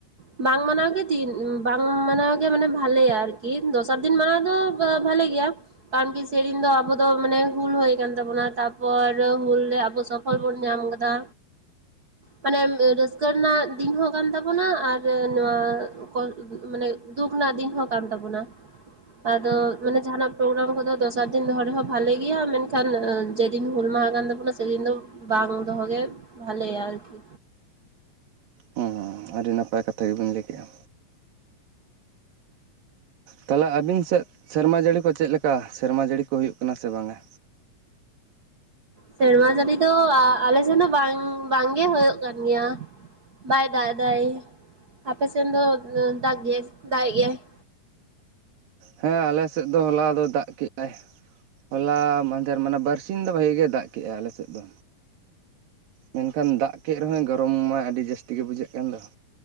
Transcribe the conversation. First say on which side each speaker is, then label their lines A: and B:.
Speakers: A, on the right (about 70°); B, on the right (about 85°).
A: ᱵᱟᱝ ᱢᱟᱱᱟᱣ ᱜᱮ ᱫᱤᱱ ᱵᱟᱝ ᱢᱟᱱᱟᱣ ᱜᱮ ᱢᱟᱱᱮ ᱵᱷᱟᱞᱮᱭᱟ ᱟᱨᱠᱤ ᱫᱚᱥᱟᱨ ᱫᱤᱱ ᱢᱟᱱᱟᱣ ᱫᱚ ᱵᱷᱟᱞᱮ ᱜᱮᱭᱟ ᱠᱟᱨᱚᱱ ᱠᱤ ᱥᱮᱫᱤᱱ ᱫᱚ ᱟᱵᱚ ᱫᱚ ᱢᱟᱱᱮ ᱦᱩᱞ ᱦᱳᱭ ᱠᱟᱱ ᱛᱟᱵᱚᱱᱟ ᱛᱟᱯᱚᱨ ᱦᱩᱞ ᱨᱮ ᱟᱵᱚ ᱥᱚᱯᱷᱚᱞ ᱵᱚᱱ ᱧᱟᱢᱟ ᱠᱟᱫᱟ ᱢᱟᱱᱮ ᱨᱟᱹᱥᱠᱟᱹ ᱨᱮᱱᱟᱜ ᱫᱤᱱ ᱦᱚᱸ ᱠᱟᱱ ᱛᱟᱵᱚᱱᱟ ᱟᱨ ᱱᱚᱣᱟ <inaudible> ᱢᱟᱱᱮ ᱫᱩᱠ ᱫᱤᱱ ᱦᱚᱸ ᱠᱟᱱ ᱛᱟᱵᱚᱱᱟ ᱟᱫᱚ ᱡᱟᱦᱱᱟᱜ ᱯᱨᱳᱜᱨᱟᱢ ᱠᱚ ᱫᱚᱥᱟᱨ ᱫᱤᱱ ᱫᱚᱦᱚ ᱨᱮᱦᱚᱸ ᱵᱷᱟᱞᱮ ᱜᱮᱭᱟ ᱢᱮᱱᱠᱷᱟᱱ ᱡᱮᱫᱤᱱ ᱦᱩᱞ ᱢᱟᱦᱟ ᱠᱟᱱ ᱛᱟᱵᱚᱱᱟ ᱥᱮᱫᱤᱱ ᱫᱚ ᱵᱟᱝ ᱫᱚᱦᱚ ᱵᱷᱟᱞᱮᱭᱟ ᱟᱨᱠᱤ
B: ᱦᱮᱸ ᱟᱹᱰᱤ ᱱᱟᱯᱟᱭ ᱠᱟᱛᱷᱟ ᱜᱮᱵᱤᱱ ᱞᱟᱹᱭ ᱠᱮᱜᱼᱟ ᱛᱟᱦᱚᱞᱮ ᱟᱹᱵᱤᱱ ᱥᱮᱫ ᱥᱮᱨᱢᱟ ᱡᱟᱹᱲᱤ ᱠᱚ ᱪᱮᱫ ᱞᱮᱠᱟ ᱥᱮᱨᱢᱟ ᱡᱟᱹᱲᱤ ᱠᱚ ᱦᱩᱭᱩᱜ ᱠᱟᱱᱟ ᱥᱮ ᱵᱟᱝᱟ
A: ᱥᱮᱨᱢᱟ ᱡᱟᱹᱲᱤ ᱫᱚ ᱟᱞᱮ ᱥᱮᱱ ᱫᱚ ᱵᱟᱝ ᱵᱟᱝᱜᱮ ᱦᱳᱭᱳᱜ ᱠᱟᱱ ᱜᱮᱭᱟ ᱵᱟᱭ ᱫᱟᱜ ᱮ ᱫᱟᱭ ᱟᱯᱮ ᱥᱮᱱ ᱫᱚ ᱫᱟᱜ ᱜᱮᱟᱭ ᱫᱟᱜ ᱮᱜ ᱜᱮᱭᱟᱭ <inaudible>
B: ᱦᱮᱸ ᱟᱞᱮ ᱥᱮᱫ ᱫᱚ ᱦᱚᱞᱟ ᱫᱚ ᱫᱟᱜ ᱠᱮᱜ ᱟᱭ ᱦᱚᱞᱟ ᱢᱟᱫᱷᱮᱨ ᱢᱟᱱᱮ ᱵᱟᱨᱥᱤᱧ ᱫᱚ ᱵᱷᱟᱜᱮ ᱜᱮ ᱫᱟᱜ ᱠᱮᱜᱼᱟ ᱟᱞᱮ ᱥᱮᱫ ᱫᱚ ᱢᱮᱱᱠᱷᱟᱱ ᱫᱟᱜ ᱠᱮᱫ ᱨᱮᱦᱚᱸᱭ ᱜᱚᱨᱚᱢ ᱢᱟ ᱟᱹᱰᱤ ᱡᱟᱹᱥᱛᱤ ᱜᱮ ᱵᱩᱡᱷᱟᱹᱜ ᱠᱟᱱ ᱫᱚ